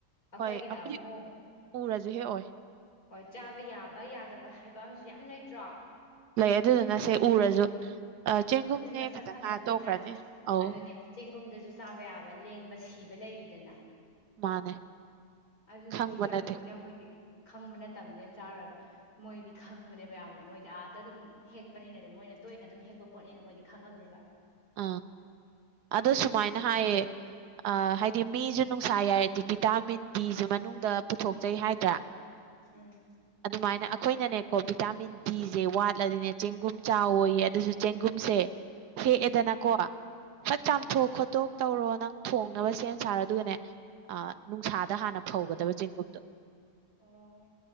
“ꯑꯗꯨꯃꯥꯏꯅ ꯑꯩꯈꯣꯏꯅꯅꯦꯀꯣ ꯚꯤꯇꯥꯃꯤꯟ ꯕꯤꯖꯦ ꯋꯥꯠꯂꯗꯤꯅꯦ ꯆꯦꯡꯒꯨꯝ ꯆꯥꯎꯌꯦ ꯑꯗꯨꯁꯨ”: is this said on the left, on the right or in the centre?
Right